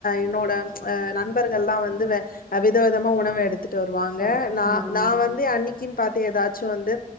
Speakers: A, on the left; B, on the right.
A: என்னோட
B: ம்.
A: அ நண்பர்கள்லா வந்து வ வித விதமா உணவ எடுத்து ட்டு வருவாங்க
B: அடுத்து
A: நா
B: ம்
A: நா வந்து அன்னைக் க்கின் பாத்து ஏதாச்சு வந்து